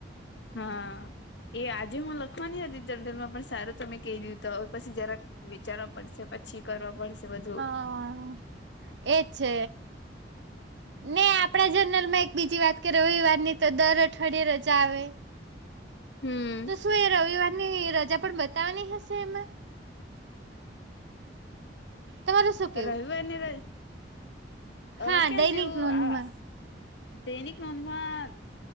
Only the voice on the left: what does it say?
હા, એ આજે હું લખવાની હતી તંડલ માં પણ સારું તમે કહી દિયુ તો હવે પછી જરાક વિચારવા પડશે પછી કરવા પડશે બધું.
હમ
રવિવાર ને ર અહ
ક્યાં
જેવું
આ તેનિક નોંધમાં